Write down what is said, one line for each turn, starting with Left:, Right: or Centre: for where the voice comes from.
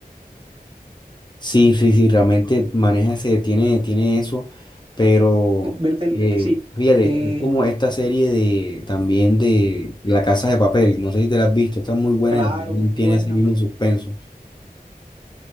Left: Sí, sí, sí, realmente maneja ese, tiene, tiene eso, pero
Right: cu- verte el
Left: eh,
Right: que sí.
Left: fíjate,
Right: Eh,
Left: es como esta serie de también de La Casa de Papel, no sé si te la has visto, está muy buena
Right: claro,
Left: y también
Right: muy
Left: tiene
Right: buena.
Left: ese mismo suspenso.